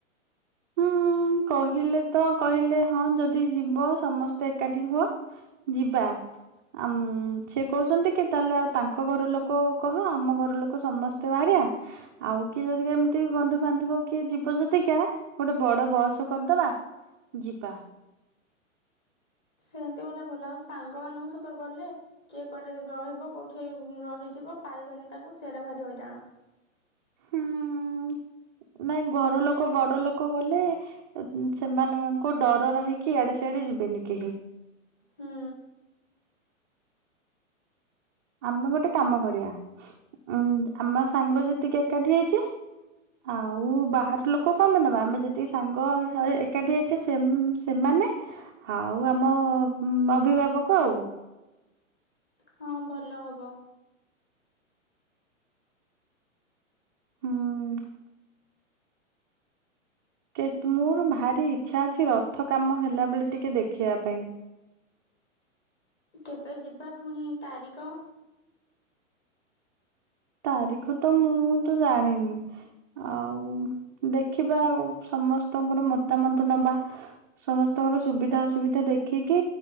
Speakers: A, on the right; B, on the left.
A: ହୁଁ କହିଲେ ତ କହିଲେ ହଁ ଯଦି ଯିବ ସମସ୍ତେ ଏକାଠି ହୁଅ ଯିବା। ଆ ସେ କହୁଛନ୍ତି କି ତାହେଲେ ଆଉ ତାଙ୍କ ଘର ଲୋକ କହ ଆମ ଘର ଲୋକ ସମସ୍ତେ ବାହାରିଆ ଆଉ କିଏ ଯଦି ଏମିତି ବି ବନ୍ଧୁ ବାନ୍ଧବ କିଏ ଯିବ ଯଦି କା ଗୋଟେ ବଡ଼ ବସ୍ କରିଦେବା ଯିବା।
B: ସେମିତି ଗଲେ ଭଲ ଆଉ ସାଙ୍ଗ ମାନଙ୍କ ସହିତ ଗଲେ କିଏ କୁଆଡେ ରହିବ କୋଉଠି ରହିଯିବ ପାଇବାନି ତାକୁ ସେରା ଭାରି ହଇରାଣ
A: ହୁଁ ନାଇଁ ଘର ଲୋକ ବଡ ଲୋକ ଗଲେ ସେମାନଙ୍କ ଡର ରହିକି ଇଆଡେ ସେଆଡେ ଯିବେନି କେହି
B: ହୁଁ
A: ଆମେ ଗୋଟେ କାମ କରିବା ଉଁ ଆମ ସାଙ୍ଗ ଯେତିକି ଏକାଠି ହେଇଛେ ଆଉ ବାହାର ଲୋକ କଣ ପାଇଁ ନେବା ଆମେ ଯେତିକି ସାଙ୍ଗ ଏକାଠି ହେଇଛେ ସେ ସେମାନେ ଆଉ ଆମ ଅଭିଭାବକ ଆଉ
B: ହଁ ଭଲ ହବ।
A: ହଁ। କେ ମୋର ଭାରି ଇଛା ଅଛି ରଥ କାମ ହେଲା ବଳେ ଟିକେ ଦେଖିବା ପାଇଁ
B: କେବେ ଯିବା ଫୁଣି ତାରିଖ
A: ତାରିଖ ତ ମୁଁ ତ ଜାଣିନି ଆଉ ଦେଖିବା ସମସ୍ତଙ୍କର ମତାମତ ନବା ସମସ୍ତଙ୍କର ସୁବିଧା ଅସୁବିଧା ଦେଖିକି